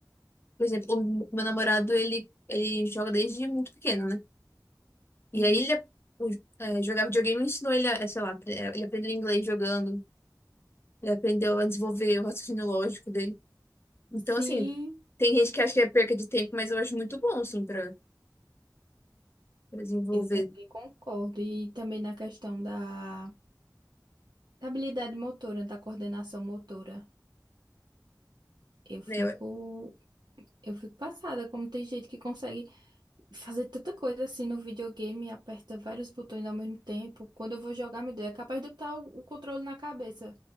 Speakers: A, on the left; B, on the right.
A: por exemplo, o meu namorado ele, ele joga desde muito pequeno, né? E
B: Uhum.
A: aí ele o- é, jogar videogame ensinou ele a, é, sei lá, é, ele aprendeu inglês jogando, ele aprendeu a desenvolver o raciocínio lógico dele. Então,
B: Sim,
A: assim, tem gente que acha que é perca de tempo, mas eu acho muito bom, assim, pra, pra desenvolver,
B: eu também concordo. E também na questão da, da habilidade motora, da coordenação motora. Eu fico,
A: né? Eu-
B: eu fico passada, como tem gente que consegue fazer tanta coisa assim no videogame, aperta vários botões ao mesmo tempo. Quando eu vou jogar, meu Deus, é capaz de eu botar o, o controle na cabeça